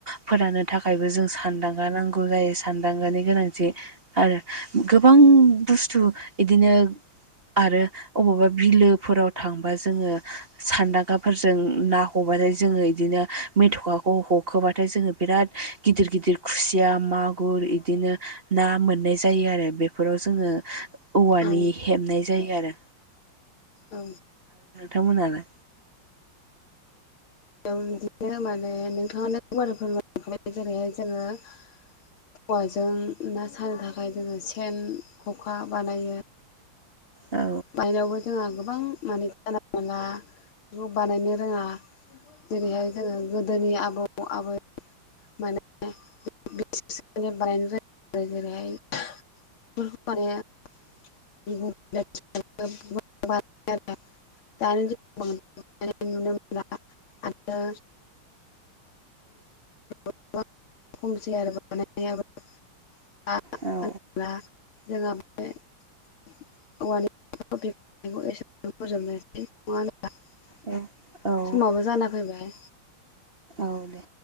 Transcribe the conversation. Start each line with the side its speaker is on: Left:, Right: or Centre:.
Right: फोरननो थाखायबो जों सानदांगा नांगौ जायो सानदांगानि गोनांथि आरो गोबां बुस्थु इदिनो आरो अबावबा बिलोफोराव थांबा जोङो सानदागाफोरजों ना हम बाथाय जोङो बिदिनो मेथ'खाखौ ह'खोबाथाय जोङो बिराद गिदिर गिदिर खुसिया मा गुर इदिनो ना मोननाय जायो आरो बेफोराव जोङो औवानि
Left: औ
Right: हेबनाय जायो आरो
Left: औ
Right: थांमोननालाय?
Left: बिदिनो माने थाङानो गुवारै फोरमायलांनखाबाय जेरैहाय जोङो औवाजों ना सानो थाखाय जोङो सेन, ख'खा बानायो
Right: औ
Left: बायनावबो जोङा गो गोबां माने जाना मोनला बेखौ बानायनो रोङा जेरैहाय जोङो दोनि आबौ आबै <unintelligible> <unintelligible> दानि दिनाव बांद्राय नुनो मोनला आ आरो गोबां खमसै आरो बानायनायाबो <unintelligible>
Right: औ
Left: <unintelligible>
Right: औ औ
Left: <unintelligible> समाबो जाना फैबाय
Right: औ दे